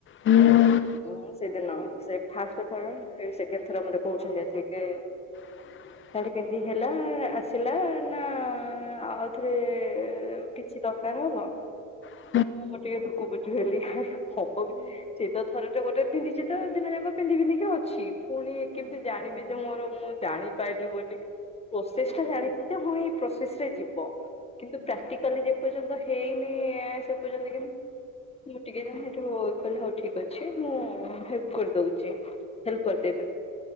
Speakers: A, on the left; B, on the left.
A: ହୁଁ।
B: ହଁ ସେଦିନ ସେ ଫାଷ୍ଟ ଥର ଫେରେ ସେକେଣ୍ଡ ଥର ମତେ କୋହୁଛନ୍ତି ଆସିକି।
A: <inaudible>
B: ଶାଢୀ ପିନ୍ଧିଥିଲା ଆସିଲା ନା ଆଉଥରେ ଏ କି କିଛି ଦରକାର ହବ।
A: ହ <inaudible>
B: ମୁଁ ଗୋଟିଏ ଦୁଃଖ ବୁଝି ପାରିଲି ହବ କି ସେ <unintelligible> ତ ଥରେଟେ ଗୋଟେ ପିନ୍ଧିଚି ତ ଦିନ ଯାକ ପିନ୍ଧି ପିନ୍ଧିକି ଅଛି ଫୁଣି କେମିତି ଜାଣିବି ଯେ ମୋର ମୁଁ ଜାଣିପାଇଲି ବୋଲି ପ୍ରୋସେସଟା ଜାଣିଚିତ ମୁଁ ଏଇ ପ୍ରୋସେସ ରେ ଯିବ। କିନ୍ତୁ ପ୍ରାକ୍ଟିକାଲି ଯେ ପର୍ଯ୍ୟନ୍ତ ହେଇନି ସେ ପର୍ଯ୍ୟନ୍ତ <unintelligible> ମୁଁ ଟିକେ କହି <unintelligible> ହେଟୁ କହିଲେ ହୋଉ ଠିକ୍ ଅଛି। ହୋଉଚି। ମୁଁ ହେଲ୍ପ କରିଦୋଉଚି ହେଲ୍ପ କରିଦେବେ।